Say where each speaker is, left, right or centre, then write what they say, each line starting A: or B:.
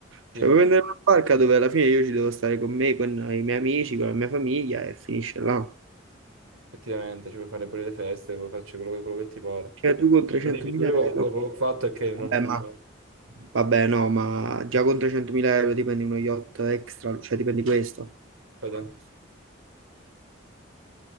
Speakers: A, on the right; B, on the right.
A: sì,
B: Cioè,
A: papà.
B: puoi prendere una barca dove alla fine io ci devo stare con me, con i miei amici, con la mia famiglia e finisce là.
A: Effettivamente, ci puoi fare pure le feste, puoi farci quello che, quello che ti pare.
B: Cioè, tu con 300.000
A: L'unico che ho
B: euro,
A: fatto è che non...
B: vabbè, ma, vabbè, no, ma già con 300.000 euro ti prendi uno yacht extra, cioè ti prendi questo.
A: guarda,